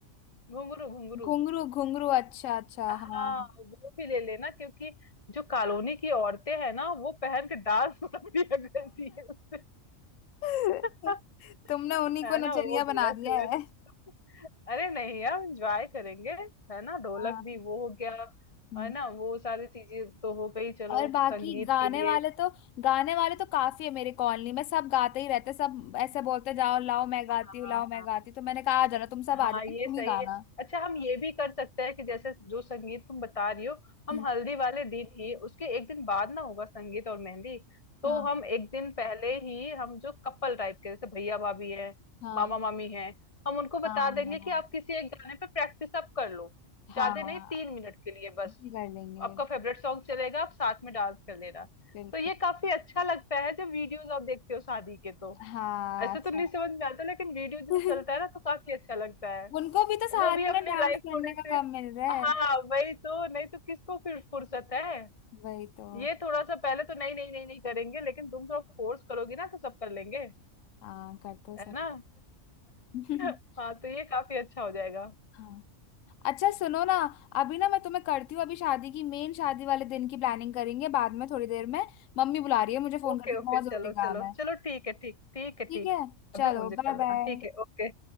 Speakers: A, on the left; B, on the left.
A: घुंघरू घुंघरू
B: घुंघरू घुंघरू अच्छा अच्छा
A: हाँ
B: हाँ
A: वो भी ले लेना क्योंकि जो कॉलोनी की औरतें हैं ना वो पहन के डांस <laughs> कर दिया करती है उसपे
B: <laughs>
A: <laughs>
B: तुमने उन्हीं
A: है
B: को
A: ना
B: नचनिया
A: वो भी
B: बना
A: रख
B: दिया
A: लेना
B: है
A: अरे नहीं यार एंजॉय करेंगे है ना ढोलक
B: हाँ
A: भी वो हो गया
B: हम्म।
A: है ना वो सारी चीजें तो हो गई चलो
B: और बाकी
A: संगीत
B: गाने
A: के लिए
B: वाले तो गाने वाले तो काफी है मेरे कॉलोनी में सब गाते ही रहते सब ऐसे बोलते जाओ लाओ मैं गाती
A: हाँ
B: हूँ लाओ
A: हाँ
B: मैं गाती हूँ तो मैंने कहा आ जाना तुम सब
A: हाँ
B: आ जाना
A: ये
B: तुम
A: सही
B: ही गाना
A: है अच्छा हम ये भी कर सकते हैं कि जैसे जो संगीत तुम बता रही हो हम
B: हम्म,
A: हल्दी वाले दिन ही उसके एक दिन बाद ना होगा संगीत और मेहंदी तो
B: हाँ
A: हम एक दिन पहले ही हम जो कपल टाइप के जैसे भैया भाभी हैं
B: हाँ
A: मामा मामी हैं हम उनको बता
B: हाँ
A: देंगे कि आप किसी एक गाने पे प्रैक्टिस आप कर लो
B: हाँ
A: ज्यादा नहीं तीन मिनट के लिए बस
B: ये कर लेंगे
A: आपका फेवरेट सॉन्ग चलेगा आप साथ में डांस कर लेना
B: बिल्कुल
A: तो ये काफी अच्छा लगता है जब वीडियोस आप देखते हो शादी के तो
B: हाँ
A: ऐसे
B: अच्छा
A: तो नहीं समझ में आता लेकिन वीडियो
B: <laughs>
A: जो चलता है ना तो काफी अच्छा लगता
B: उनको भी तो साथ
A: वो भी अपनी
B: में डांस
A: लाइफ
B: करने
A: थोड़े
B: का
A: से
B: काम मिल रहा है
A: हाँ वही तो नहीं तो किसको फिर फुर्सत है
B: वही तो
A: ये थोड़ा सा पहले तो नहीं नहीं नहीं नहीं करेंगे लेकिन तुम थोड़ा फोर्स करोगी ना तो सब कर लेंगे
B: हाँ कर दो सब
A: है ना
B: <laughs>
A: <laughs> हाँ तो ये काफी अच्छा हो जाएगा
B: हाँ अच्छा सुनो ना अभी ना मैं तुम्हें करती हूँ अभी शादी की मेन शादी वाले दिन की प्लानिंग करेंगे बाद में थोड़ी देर में मम्मी बुला रही है मुझे फोन
A: ओके
B: करके
A: ओके
B: बहुत जरूरी
A: चलो
B: काम
A: चलो
B: है
A: चलो ठीक है ठीक ठीक है ठीक
B: ठीक है
A: बाद
B: चलो
A: में फोन चेक
B: बाय
A: कर लेना
B: बाय
A: ठीक है ओके